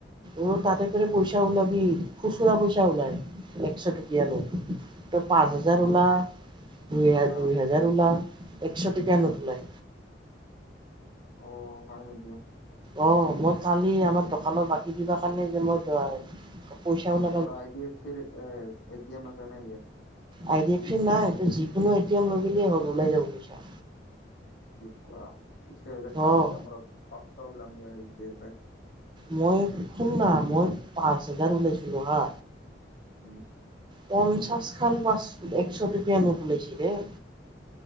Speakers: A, on the right; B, on the left.
A: অ তাতে ত পইচা ওলাবি খুচুৰা পইচা ওলাই একশ টকীয়া নোট। তই পাঁচ হাজাৰ ওলা দুই হা
B: অ
A: দুই হোজাৰ ওলা একশ টকীয়া নোট ওলাই।
B: অ হয় নেকি
A: অৱ মই কালি আমাৰ দোকানৰ বাকী কিবা কাৰণে যে মই যোৱাই পইচাও ওলাই
B: তোৰ আই ডি এফ চিৰ এ এটি এম আছে নেকি?
A: আই ডি এফ চিৰ নাই, তই যিকোনো এ টি এম লয়ই গ'লে হ'ল ওলাই যাব পইচা।
B: কি কোৱা পিছে আহিলে কালি
A: অ',
B: যাম ৰ <unintelligible>
A: মই শুন না মই পাঁচ হোজাৰ ওলাইছিলো হা।
B: উম।
A: পঞ্চাশ খন পাঁচু একশ টকীয়া নোট ওলাইছে ৰেই।